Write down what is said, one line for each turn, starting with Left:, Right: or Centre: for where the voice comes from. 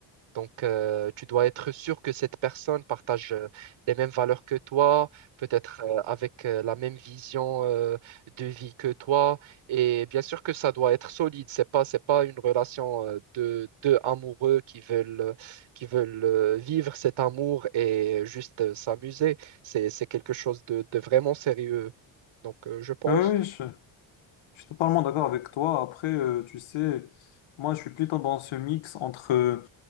Right: Donc, euh, tu dois être sûr que cette personne partage euh, les mêmes valeurs que toi, peut-être euh, avec euh, la même vision euh, de vie que toi. Et bien sûr que ça doit être solide. C'est pas, c'est pas une relation euh, de deux amoureux qui veulent, euh, qui veulent euh, vivre cet amour et juste euh, s'amuser. C'est, c'est quelque chose de, de vraiment sérieux. Donc, euh, je pense.
Left: Oui, oui, je, je suis totalement d'accord avec toi. Après, euh, tu sais, moi, je suis plutôt dans ce mix entre...